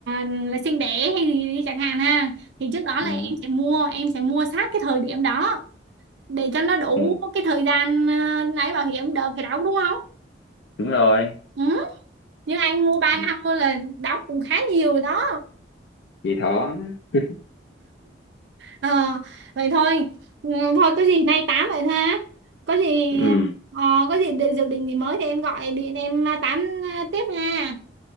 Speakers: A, on the right; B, on the left.
A: là sinh đẻ hay gì đi chẳng hạn ha thì trước đó
B: ừ,
A: là em sẽ mua em sẽ mua sát cái thời điểm đó để cho nó đủ
B: ừ,
A: cái thời gian à, lấy bảo hiểm đỡ phải đóng đúng không?
B: đúng rồi
A: Ừ. Nhưng anh mua ba
B: ừ,
A: năm thôi là đóng cũng khá nhiều rồi đó.
B: thì đó <laughs>
A: Ờ, vậy thôi ừ, thôi có gì nay tám vậy thôi ha có gì
B: ừ.
A: ờ, có gì định, dự định gì mới thì em gọi điện em à, tám à, tiếp nha